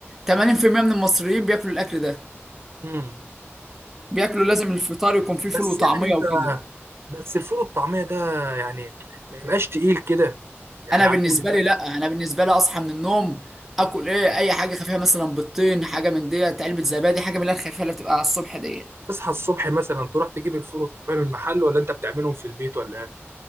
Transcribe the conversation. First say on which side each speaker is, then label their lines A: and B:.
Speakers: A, in the centre; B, on the right.
A: 80% من المصريين بياكلوا الاكل ده
B: امم
A: بياكلوا لازم الفطار يكون فيه فول
B: بس
A: وطعميه
B: يعني انت
A: وكده
B: بس الفول والطعميه ده يعني ما يبقاش تقيل كده يعني
A: انا
B: على
A: بالنسبه
B: اول يوم
A: لي لا انا بالنسبه لي اصحى من النوم اكل ايه اي حاجه خفيفه مثلا بيضتين حاجه من ديت علبه زبادي حاجه من اللي هي الخفيفه اللي بتبقى على الصبح ديت
B: تصحى الصبح مثلا تروح تجيب الفول والطعميه من المحل ولا انت بتعملهم في البيت ولا ايه؟